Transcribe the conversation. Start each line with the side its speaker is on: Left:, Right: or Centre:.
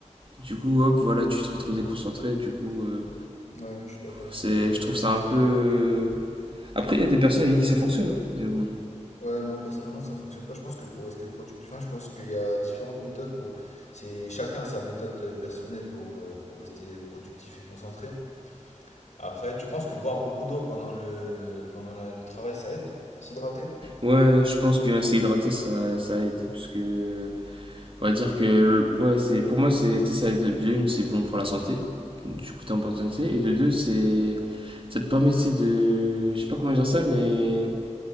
Right: Du coup, hop, voilà, tu te retrouves déconcentré, du coup, euh,
Left: Ouais, je suis d'accord avec
Right: c'est,
Left: toi. Après,
Right: je trouve ça un peu. Après, il y a des personnes avec qui ça fonctionne, hein, mais bon.
Left: ouais, moi personnellement, ça fonctionne pas. Je pense que pour rester productif, enfin, je pense qu'il y a différentes méthodes pour. C'est chacun a sa méthode euh, personnelle pour, euh, pour rester productif et concentré. après, tu penses que boire beaucoup d'eau pendant le pendant la- le travail, ça aide? S'hydrater?
Right: Ouais, je pense que rester hydraté, ça, ça aide. Parce que, on va dire que, ouais, c'est, pour moi, c'est, tu sais, ça aide. De une, c'est bon pour la santé. Du coup, t'es en bonne santé. Et de deux, c'est, ça te permet, tu sais, de, je sais pas comment dire ça, mais